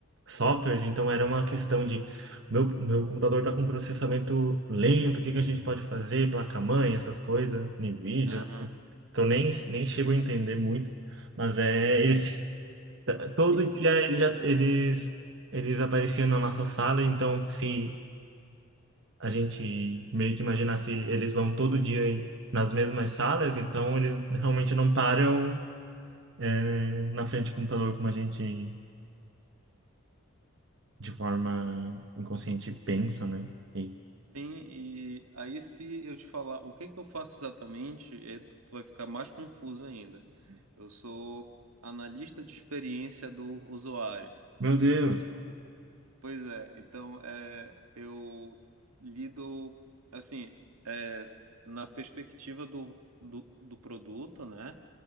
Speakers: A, on the right; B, on the right.
A: softwares, então era uma questão de meu, meu computador está com processamento lento, o que que a gente pode fazer, placa-mãe, essas coisas, NVIDIA,
B: aham.
A: que eu nem, nem chego a entender muito. Mas é esse, T- Todo
B: Sim, sim,
A: dia ele já- eles, eles apareciam na nossa sala, então se a gente meio que imaginasse, eles vão todo dia em- nas mesmas salas, então eles realmente não param, é, na frente do computador como a gente de forma inconsciente pensa, né? E-
B: sim. E aí, se eu te falar o que que eu faço exatamente, é, tu vai ficar mais confuso ainda. Eu sou analista de experiência do usuário.
A: meu Deus!
B: Pois é, então é, eu lido, assim, é, na perspectiva do, do, do produto, né?